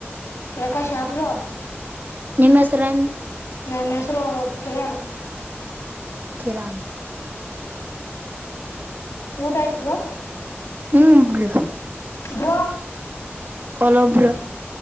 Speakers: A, on the left; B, on the right.
A: ಪ್ರಕಾಶ್ ಆ ಬ್ರೋ
B: ನಿಮ್ಮ ಹೆಸರನ್
A: ನನ್ ಹೆಸರು ಕಿರಣ್
B: ಕಿರಾಣ
A: ಊಟ ಆಯ್ತ ಬ್ರೋ
B: ಹ್ಮ್ ಬ್ರೋ
A: ಬ್ರೋ
B: ಒಲ ಬ್ರೋ